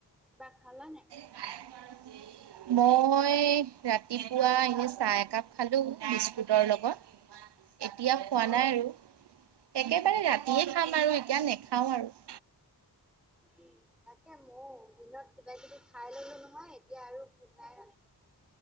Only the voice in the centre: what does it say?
কিবা খালা নে?
অঁ
উম তাকে মইও দিনত। কিবা কিবি খাই ল'লোঁ নহয়, এতিয়া আৰু ভোক নাই।